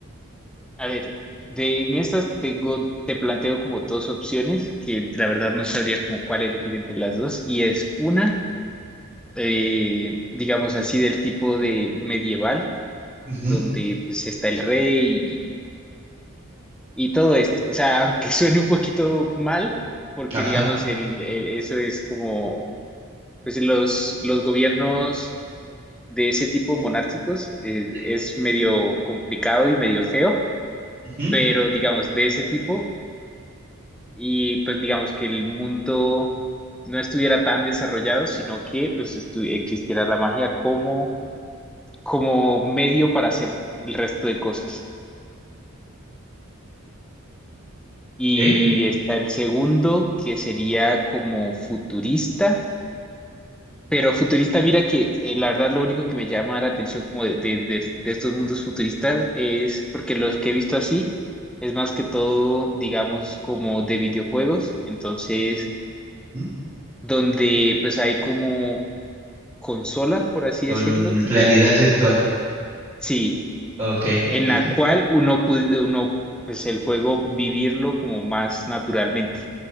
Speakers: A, in the centre; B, on the right.
A: A ver, de en estas tengo, te planteo como dos opciones que la verdad no sabría como cuál elegir entre las dos. Y es una, eh, digamos así, del tipo de medieval,
B: Ujú,
A: donde pues está el rey y todo esto. O sea, <laughs> aunque suene un poquito mal, porque
B: ajá.
A: digamos, el, el- eso es como, pues los, los gobiernos de ese tipo monárquicos eh,
B: sí,
A: es medio complicado y medio feo,
B: ujú,
A: pero digamos, de ese tipo, y pues digamos que el mundo no estuviera tan desarrollado, sino que pues estu- existiera la magia como, como medio para hacer el resto de cosas. Y
B: ok,
A: está el segundo, que sería como futurista Pero futurista, mira que eh, la verdad lo único que me llama la atención como de, de- de- de estos mundos futuristas es porque los que he visto así es más que todo, digamos, como de videojuegos, entonces,
B: ujú,
A: donde pues hay como consolas, por así
B: Con
A: decirlo, de,
B: realidad virtual.
A: sí,
B: Ok,
A: en
B: ok.
A: la cual uno puede, uno, pues el juego vivirlo como más naturalmente.